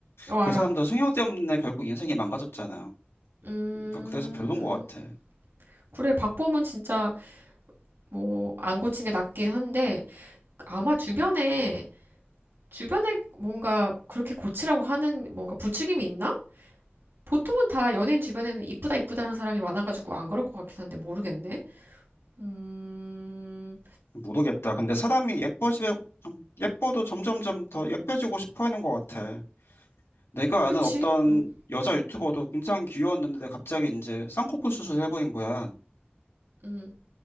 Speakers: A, on the right; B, on the left.
A: 어 알아
B: 그 사람도 성형 때문에 결국 인생이 망가졌잖아.
A: 음
B: 일단 그래서 별론 것 같아.
A: 그래 박범은 진짜 뭐 안 고친 게 낫긴 한데 아마 주변에 주변에 뭔가 그렇게 고치라고 하는 뭔가 부추김이 있나? 보통은 다 연예인 주변에는 이쁘다 이쁘다 하는 사람이 많아가지고 안 그럴 것 같긴 한데 모르겠네 음
B: 모르겠다. 근데 사람이 예뻐지, 예뻐도 점점점 더 예뻐지고 싶어 하는 것 같아. 내가
A: 그치
B: 아는 어떤
A: 응
B: 여자 유튜버도 굉장히 귀여웠는데 내가 갑자기 이제 쌍꺼풀 수술을 해버린 거야.
A: 응.